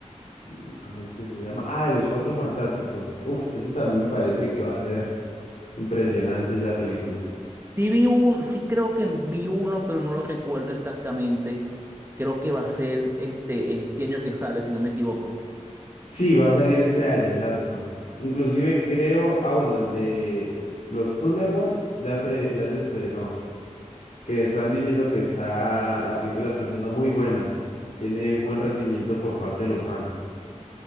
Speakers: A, on the left; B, on the right.
A: mm, ¿Cómo es que se llama? Ah, de los Cuatro Fantásticos. Uf, ese también me parece que va a ser impresionante esa película.
B: Sí vi un, sí creo que vi uno, pero no lo recuerdo exactamente. Creo que va a ser este, este año que sale, si no me equivoco.
A: Sí, va a salir este año, exacto. Inclusive creo, ah, bueno, el de los Thunderbolts ya se, ya se estrenó, que están diciendo que está, la película está siendo muy buena, tiene buen recibimiento por parte de los fans.